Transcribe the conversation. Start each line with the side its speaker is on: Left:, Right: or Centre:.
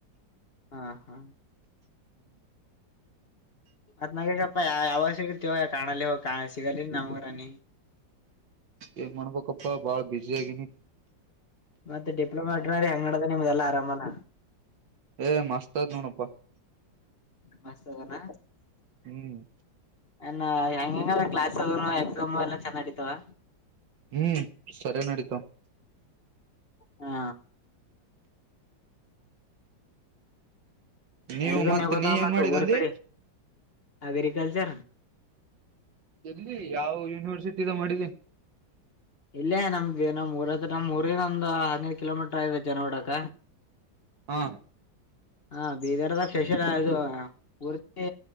Left: ಹಾ ಹಾ
Right: ನೀ
Left: ಮತ್ ನಾಗೆಗಪ್ಪ ಯ ಯಾವಾಗ ಸಿಗುತ್ತಿವೂ ಕಾಣಲೆ ಹೋಗ ಕ ಸಿಗಲ್ಲೆ ನಮ್ಗರನಿ
Right: ಏನ್ ಮಾಡ್ಬೇಕಪ್ಪಾ ಬಾಳ ಬಿಜಿ ಆಗಿನಿ
Left: ಮತ್ತ ಡಿಪ್ಲೋಮಾ ಇಟ್ಟನ್ರ ಹೆಂಗನಡ್ದದ್ ನಿಮ್ದೆಲ್ಲ ಆರಾಮ ಅಲ್ಲ
Right: ಏ ಮಸ್ತದ್ ನೋಡಪ್ಪ
Left: ಮಸ್ತದನ್
Right: ಹ್ಮ್
Left: ಏನ್ನ್ ಹೆಂಗೆಂಗದ ಕ್ಲಾಸ್ ಅದನು ಎಕ್ಸಾಮು ಎಲ್ಲಾ ಚೆನ್ನಡಿತವ್
Right: ಹ್ಮ್ ಸರಿ ನಡೀತವ್
Left: ಹ್
Right: ನೀವು
Left: ಎಕ್ಸಾಮ್ ಯವದದ್
Right: ನೀ ಏನ್
Left: ಮತ್
Right: ಮಾಡಿದ
Left: ಊರ
Right: ಅಂದಿ
Left: ಕಡೆ ಅಗ್ರಿಕಲ್ಚರ್
Right: ಎಲ್ಲಿ ಯಾವ ಯೂನಿವರ್ಸಿಟಿದಗ ಮಾಡಿದಿ
Left: ಇಲ್ಲೇ ನಮ್ದಗ ನಮ್ದ ಮೂರೆಸಟಂ ನಮ್ ಊರಿಂದ ಒಂದ್ ಹದಿನೈದ ಕಿಲೋಮೀಟರ್ ಆಗತ ನೋಡಕ
Right: ಹಾ
Left: ಹಾ ಬೀದರ್ದ ಸ್ಪೆಷಲ್ ಇದು ಪೂರ್ತಿ